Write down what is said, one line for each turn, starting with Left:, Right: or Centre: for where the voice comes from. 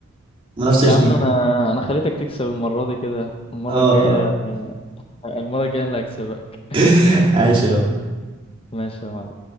Right: منافسة
Left: يا
Right: شديدة
Left: عم انا انا خليتك تكسب المرة دي كده المرة
Right: اه
Left: الجاية
Right: اه
Left: المرة الجاية انا اللي هكسبك <laughs>
Right: <laughs> عاش يا
Left: ماشي يا معلم